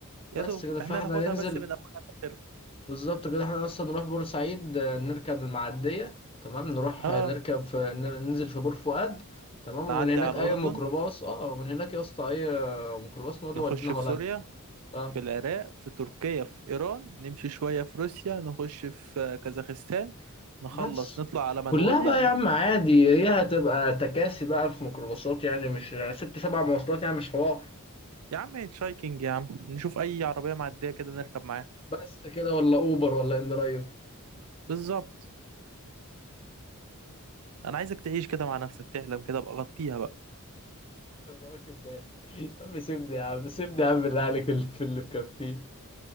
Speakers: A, on the right; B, on the left.
A: يا
B: بس
A: دوب
B: كده فاحنا
A: احنا ناخدها
B: ننزل
A: بس من أولها لآخرها
B: بالظبط كده احنا اصلا نروح بورسعيد آه، نركب المعديه تمام نروح
A: اه
B: آه، نركب في نر- ننزل في بور فؤاد تمام ومن
A: نعدي
B: هناك
A: على الأردن
B: اي ميكروباص اه ومن هناك يا اسطى اي آه، ميكروباص نقول له
A: نخش
B: ودينا هولندا
A: في سوريا
B: اه
A: في العراق في تركيا في إيران نمشي شوية في روسيا نخش في آه، كازاخستان نخلص
B: بس
A: نطلع على منغوليا
B: كلها بقى
A: نروح
B: يا عم عادي هي هتبقى تكاسي بقى في ميكروباصات يعني مش يعني ست سبع مواصلات يعني مش حوار
A: يا عم هيتشايكنج يا عم نشوف أي عربية معدية كده نركب معاها
B: بس كده ولا اوبر ولا ان درايف
A: بالظبط أنا عايزك تعيش كده مع نفسك تحلم كده أبقى غطيها بقى
B: انا واخد بالي يا عم سيبني يا عم سيبني يا عم بالله عليك اللي في <laughs> اللي مكفيه